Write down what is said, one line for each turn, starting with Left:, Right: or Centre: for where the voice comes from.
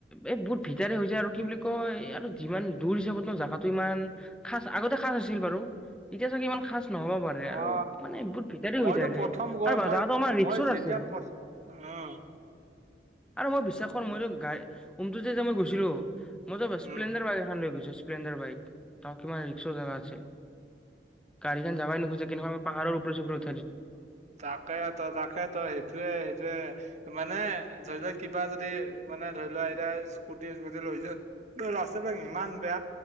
Centre: এই বু ভিতাৰে হৈ যা আৰু কি বুলি কয় আৰু যিমান দূৰ হিচাপত ন জাগাটো ইমান খচ আগতে খাঁচ আছিল বাৰু তেতিয়া চাগে ইমান খাচ নহ'ব পাৰে আৰু
Right: অ
Centre: মানে বহুত ভিতাৰি
Right: মইতো
Centre: হৈ যায় ৰে
Right: প্ৰথম গৈ
Centre: আৰু বা-
Right: মই
Centre: জাগাটো আমাৰ ৰিক্সত
Right: মই যেতিয়া
Centre: আছে ৰে
Right: প্ৰথ অ
Centre: আৰু মই বিশ্বাস কৰোঁ মইতো গাই উমটু যে যে মই গৈছিলোঁ মই ত স্প্লেণ্ডাৰ
Right: উম,
Centre: বাইকখন লৈ গৈছো স্প্লেণ্ডাৰ বাইক তেওঁ কিমান ৰিক্স জাগা আছিল গাড়ী খন যাৱায় নোখোজে কেনেকুৱা পাহাৰৰ ওপৰত ছুপৰত
Right: তাকে তই তাকে তই সেইটোয়ে সেইটোয়ে মানে ধৰি লওক কিবা যদি মানে ধৰি লোৱা এতিয়া স্কুটি লৈ যোৱা ৰাস্তা বিলাক ইমান বেয়া